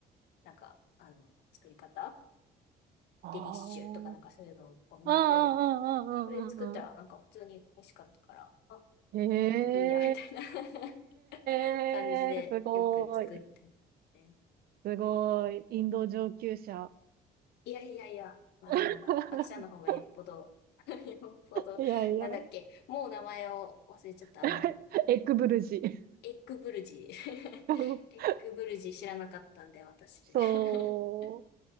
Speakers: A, on the left; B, on the right.
A: なんか、あの、作り方
B: あ
A: デリッシュとかなんかそういうのをこう見て、
B: あ。ああ、うんうんうんうんうん。
A: それで作ったらなんか普通に美味しかったから、あ、
B: え
A: でいいや、みたいな <laughs>
B: えー、
A: 感じでよく作ってますね。
B: すごい。すごい。インド上級者。
A: いやいやいや、まだまだ、
B: <laughs>
A: あきさんの方がよっぽど <laughs> よっぽど、
B: いやいや。
A: なんだっけ、もう名前を忘れちゃった、
B: <laughs>
A: あの、
B: エッグブルジ。
A: エッグブルジー。<laughs>
B: <laughs>
A: エッグブルジー知らなかったんで、私。
B: そ
A: <laughs>